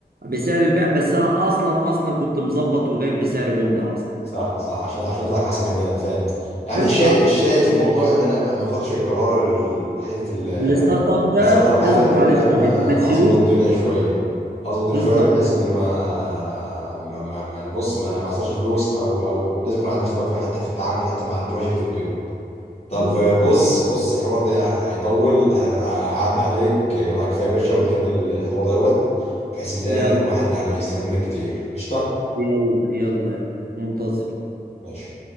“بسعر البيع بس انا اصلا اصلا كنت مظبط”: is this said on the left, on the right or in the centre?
Right